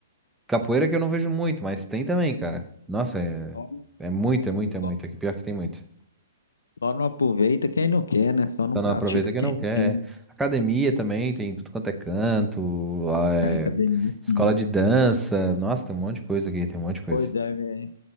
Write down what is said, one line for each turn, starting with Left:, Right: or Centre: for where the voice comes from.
Centre: Capoeira que eu não vejo muito, mas tem também, cara. Nossa, é,
Left: só não,
Centre: é muito, é muito, é
Left: só,
Centre: muito. Aqui pior que tem muito.
Left: só não aproveita quem não quer, né, só não
Centre: Então
Left: pratica
Centre: não aproveita quem
Left: quem
Centre: não
Left: não
Centre: quer.
Left: quer,
Centre: É Academia também, tem tudo quanto é canto, ah, é,
Left: a academia,
Centre: escola
Left: sim.
Centre: de dança. Nossa, tem um monte de coisa aqui, tem um monte de coisa.
Left: Pois é, velho.